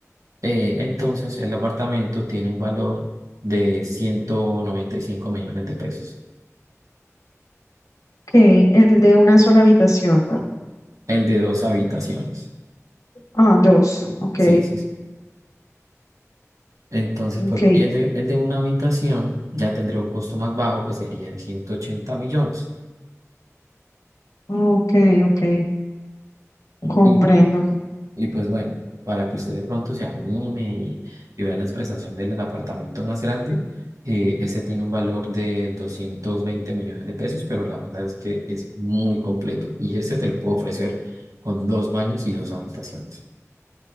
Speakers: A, on the right; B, on the left.
A: Eh, entonces, el apartamento tiene un valor de 195 millones de pesos.
B: Ok, el de una sola habitación.
A: El de dos habitaciones.
B: Ah, dos. Ok,
A: Sí, sí, sí. Entonces,
B: ok,
A: pues, el de, el de una habitación ya tendría un costo más bajo que sería de 180 millones.
B: ok, ok. Comprendo.
A: Y Y pues bueno, para que usted de pronto se anime y, y vea las prestaciones del apartamento más grande, eh, ese tiene un valor de 220 millones de pesos, pero la verdad es que es muy completo y ese te lo puedo ofrecer con dos baños y dos habitaciones.